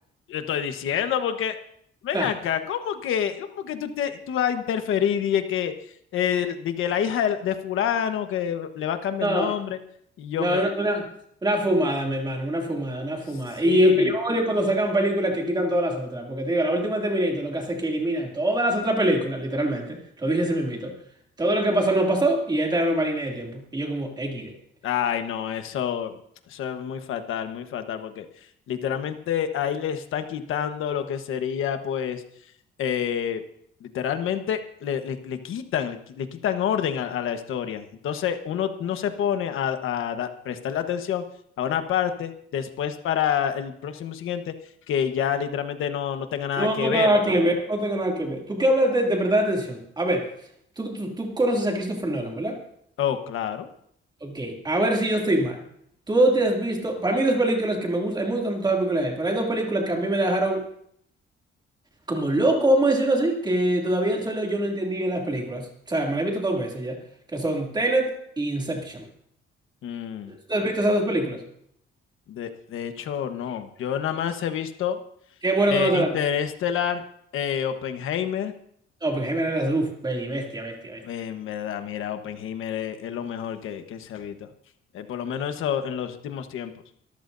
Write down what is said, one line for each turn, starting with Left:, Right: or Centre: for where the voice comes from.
Left: yo estoy diciendo porque, ven
Right: <laughs>
Left: acá, ¿cómo que, cómo que tú, te- tú vas a interferir? Dije que, eh, di que la hija de, de fulano que le va a cambiar
Right: No,
Left: el nombre. Y yo
Right: No,
Left: me...
Right: una, una, una fumada, mi hermano, una fumada, una fumada.
Left: Sí.
Right: Y el que yo odio cuando sacan películas que quitan todas las otras, porque te digo, la última de Terminator lo que hace es que elimina todas las otras películas, literalmente, lo dije se me invito. Todo lo que pasó no pasó y esta es una línea de tiempo. Y yo como XD.
Left: Ay, no, eso, eso es muy fatal, muy fatal, porque literalmente ahí le están quitando lo que sería, pues, eh, literalmente le, le- le quitan, le, qui- le quitan orden a, a la historia. Entonces, uno no se pone a, a da- prestarle atención a una parte después para el próximo siguiente que ya literalmente no, no tenga nada
Right: No
Left: que
Right: tengo
Left: ver.
Right: nada que ver, no tengo nada que ver. Tú qué hablas de, de verdad de atención. A ver, tú, tú, tú conoces a Christopher Nolan, ¿verdad?
Left: Oh, claro.
Right: Ok, a ver si yo estoy mal. Tú te has visto, para mí hay dos películas que me gustan, hay me gustan todas las películas de él, pero hay dos películas que a mí me dejaron como loco, vamos a decirlo así, que todavía el solo yo no entendí bien las películas. O sea, me las he visto dos veces ya, que son Tenet y Inception.
Left: Mm,
Right: ¿Tú has visto esas dos películas?
Left: de, de hecho, no. Yo nada más he visto...
Right: Qué bueno
Left: Eh,
Right: que no te
Left: Interestelar,
Right: las...
Left: eh, Oppenheimer.
Right: No, porque Jaime las... Uf, baby, bestia, bestia, bestia.
Left: eh, en verdad, mira, Oppenheimer es, es lo mejor que, que se ha visto. Eh, por lo menos eso en los últimos tiempos.